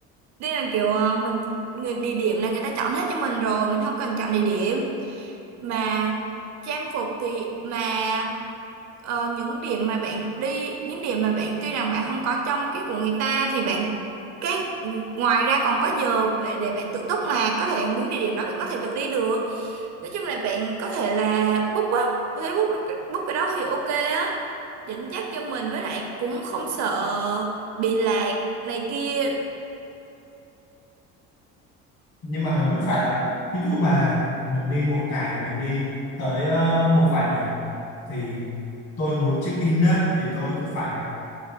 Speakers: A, on the right; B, on the left.
A: tuy là kiểu ờ, mình người địa điểm là người ta chọn hết cho mình rồi mình không cần chọn địa điểm mà trang phục thì mà ờ, những điểm mà bạn đi những điểm mà bạn tuy rằng bạn không có trong cái của người ta thì bạn cái ngoài ra còn có giờ để, để bạn tự túc mà có thể những địa điểm đó bạn có thể tự đi được nói chung là bạn có thể là book á có thể book book cái đó thì ok á dẫn dắt cho mình với lại cũng không sợ bị lạc này kia
B: nhưng mà mình vẫn phải ờ, ví dụ mà mình đi một ngày mình đi tới ờ, một vài điểm thì tôi muốn check in á thì tôi cũng phải ờ,